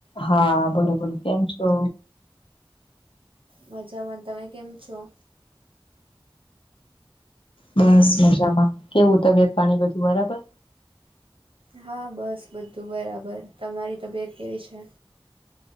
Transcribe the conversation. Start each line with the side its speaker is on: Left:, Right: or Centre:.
Left: હા બોલો બોલો કેમ છો!
Right: મજામાં તમે કેમ છો.
Left: બસ મજામાં કેવું તબિયત પાણી બધું બરાબર.
Right: હા બસ બધું બરાબર તમારી તબિયત કેવી છે.